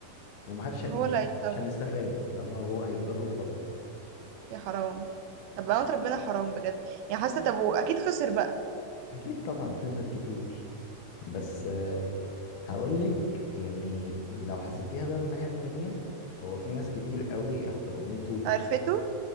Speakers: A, on the left; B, on the right.
A: ومحدش
B: هو
A: ه-
B: اللي
A: يعني
B: هيتسوح
A: مش هنستفاد فاهمه هو هيتضر وخلاص
B: يا حرام طب بقى ربنا حرام بجد يعني حاسة طب واكيد خسر بقى
A: اكيد طبعا خسر كتير بس هقول لك يعني لو حسبتيها بقى من الناحيه التانية هو في ناس كتير قوي احترمته
B: عرفته